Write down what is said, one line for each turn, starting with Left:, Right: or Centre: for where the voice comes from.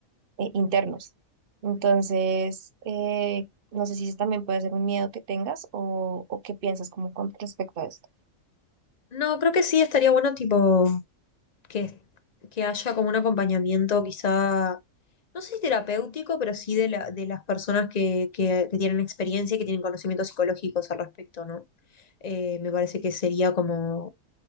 Right: eh, internos. Entonces, eh, no sé si eso también puede ser un miedo que tengas o, o qué piensas como con respecto a esto.
Left: No, creo que sí, estaría bueno tipo que, que haya como un acompañamiento quizá, no sé si terapéutico, pero sí de la, de las personas que, que, que tienen experiencia y que tienen conocimientos psicológicos al respecto, ¿no? Eh, me parece que sería como